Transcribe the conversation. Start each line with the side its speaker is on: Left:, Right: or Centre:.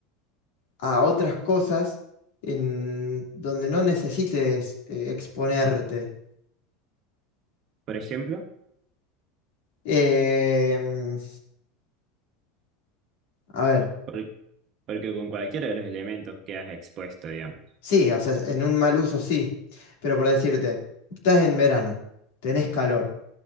Left: a otras cosas en donde no necesites eh, exponerte.
Right: Por ejemplo,
Left: Em, a ver.
Right: por- porque con cualquiera de los elementos quedas expuesto, digamos.
Left: Sí, o sea, en un mal uso sí, pero por decirte, estás en verano, tenés calor,